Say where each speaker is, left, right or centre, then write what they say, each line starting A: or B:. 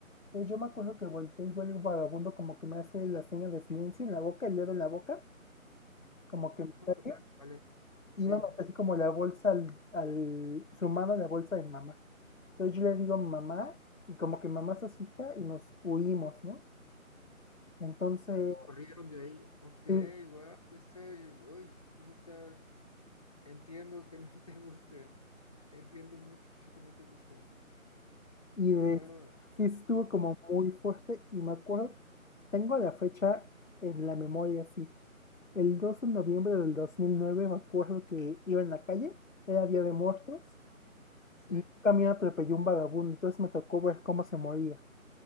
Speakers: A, on the left; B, on the left.
A: Entonces yo me acuerdo que volteé y veo el vagabundo como que me hace la seña de silencio en la boca, el dedo en la boca, como que
B: Ah,
A: me
B: oh,
A: cae
B: va- vale, sí.
A: iba a meter así como la bolsa al, al- su mano a la bolsa de mamá. Entonces yo le digo mamá y como que mamá se asusta y nos huimos, ¿no? Entonces,
B: Y corrieron de ahí. Ok,
A: sí,
B: wow, eso, uy, eso está. Entiendo que no <laughs> te gusten. Entiendo mucho que no te gusten.
A: y de-
B: Claro,
A: sí estuvo como muy fuerte y me acuerdo, tengo la fecha en la memoria, sí. El 2 de noviembre del 2009 me acuerdo que iba en la calle, era Día de Muertos,
B: sí.
A: y un camión atropelló un vagabundo, entonces me tocó ver cómo se moría.